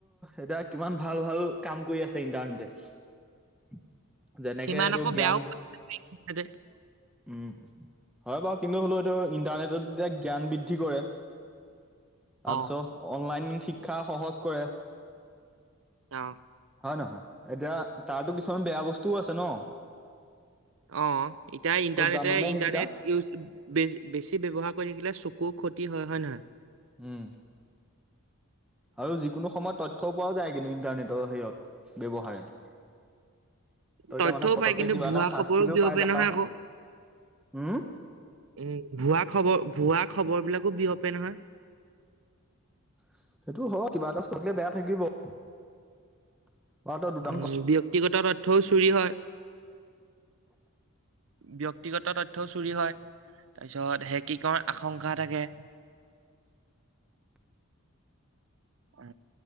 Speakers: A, in the centre; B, on the right (about 65°).
A: এতিয়া কিমান ভাল ভাল কাম কৰি আছে ইণ্টাৰনেটে যেনেকে
B: সিমান আকৌ
A: টো
B: বেয়াও
A: জ্ঞান উম
B: কৰিছে
A: হয় বাৰু কিন্তু হ'লেও এইটো ইন্টাৰনেটত এতিয়া জ্ঞান বৃদ্ধি কৰে তাৰপিছত
B: অ
A: অনলাইন শিক্ষা সহজ কৰে
B: অ
A: হয় নহ য় এতিয়া তাতো কিছুমান বেয়া বস্তুও আছে ন
B: অ এতিয়া ইণ্টাৰনেটে
A: তই জাননে
B: ইণ্টাৰনেট
A: সেইকেইটা
B: ইউজে বেছি ব্য্ৱহাৰ কৰি থাকিলে চকু খতি হয় নহয়
A: উম আৰু যিকোনো সময়ত তথ্য পোৱাও যায় কিন্তু ইন্টাৰনেটৰ হেয়ত ব্যৱহাৰে ত
B: তথ্যও
A: এতিয়া মানে পতকে
B: পায় কিন্তু
A: কিবা
B: ভুৱা
A: এটা চাৰ্জ
B: খবৰো
A: কৰিও
B: বিয়পে
A: পাই যা
B: নহয় আকৌ
A: হম
B: উম ভুৱা খবৰ ভুৱা খবৰ বিলাকো বিয়পে নহয়
A: <unintelligible> দুটামান
B: উম ব্যয়ক্তিগত তথ্যও চুৰি হয় ব্য্ক্তিগত ত চুৰি হয় তাৰপিছত সেই কি ক আশংকা থাকে
A: <unintelligible>
B: উ